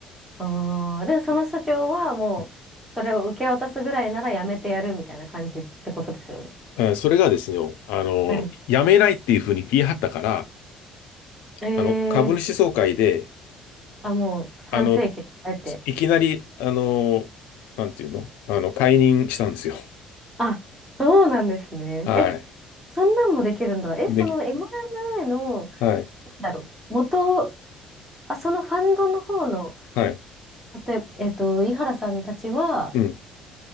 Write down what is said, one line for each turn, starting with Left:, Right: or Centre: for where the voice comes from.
Centre: ああ。で、その社長はもう、
Left: うん
Centre: それを受け渡すぐらいならやめてやるみたいな感じってことですよね。
Left: えーそれがですよ、あの、
Centre: はい。
Left: やめないっていうふうに言い張ったから、
Centre: ええ
Left: あの、株主総会で、
Centre: あ、もう参政権を得て。
Left: あの、いきなり、あの、なんていうのあの、解任したんですよ。
Centre: あ、そうなんですね。
Left: はい。
Centre: え、そんなんもできるんだ。え、
Left: で、
Centre: その M&A の、
Left: はい。
Centre: だろう。元、あ、そのファンドの方の、
Left: はい。
Centre: 例えば、えっと、井原さんたちは
Left: うん。